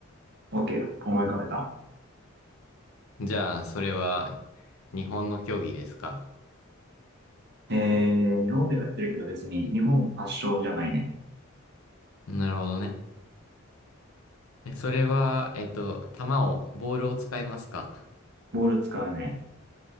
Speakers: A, on the right; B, on the left.
A: OK、思い浮かべた。
B: じゃあ、それは、日本の競技ですか。
A: えー、日本でもやってるけど別に日本発祥じゃないね。
B: なるほどね。え、それは、えっと、球を、ボールを使いますか
A: ボール使うね。